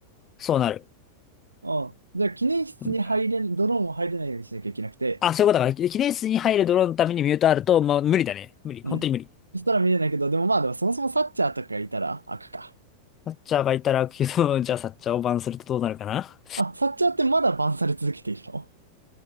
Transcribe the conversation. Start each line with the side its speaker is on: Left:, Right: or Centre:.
Left: そうなる。
Right: ああ。じゃあ、記念室に入れん、
Left: うん。
Right: ドローンを入れないようにしなきゃいけなくて。
Left: あ、そういうことか。記念室に入るドローンのためにミュートあると、まあ、無理だね。無理。
Right: うん。
Left: 本当に無理。
Right: そしたら見れないけど、でもまあ、でもそもそもサッチャーとかがいたら開くか。
Left: サッチャーがいたら、けど、<laughs> じゃあサッチャーをバンするとどうなるかな。
Right: あ、サッチャーってまだバンされ続けているの